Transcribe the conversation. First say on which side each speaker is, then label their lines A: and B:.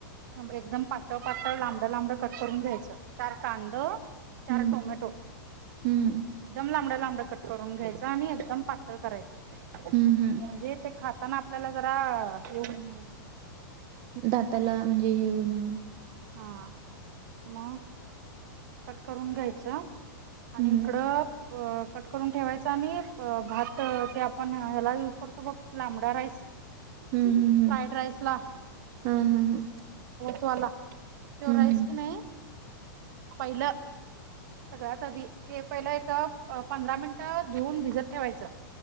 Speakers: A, on the right (about 60°); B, on the right (about 45°).
A: एकदम पातळ पातळ लांबडं लांबडं कट करून घ्यायच चार कांद चार
B: हम्म
A: टोमॅटो
B: हम्म
A: एकदम लांबड लांबड कट करून घ्यायच आणि एकदम पातळ करायचं.
B: हम्म हम्म
A: म्हणजे ते खाताना आपल्याला जरा <unintelligible>
B: दाताला म्हणजे हेऊन ऊन
A: हा म कट करून घ्यायचं आणि
B: हम्म
A: इकड ब कट करून ठेवायचं आणि भ भात ते आपण ह्याला युज करतो बघ लांबडा राईस
B: हम्म हम्म
A: फ्राईड राईस ला
B: हा हा हा
A: मला त्यो
B: हम्म
A: राईस किनी पहिलं सगळ्यात आधी ते पहिलं एक अ पंधरा मिनिटं धुऊन भिजत ठेवायचं.